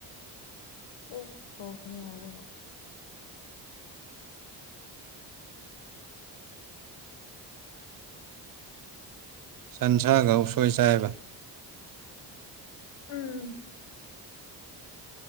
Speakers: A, on the left; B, on the right.
A: ꯑꯦ ꯊꯣꯡꯉ ꯍꯥꯏꯔꯒ
B: ꯁꯟꯁꯥꯒ ꯎꯁꯣꯏ ꯆꯥꯏꯕ
A: ꯎꯝ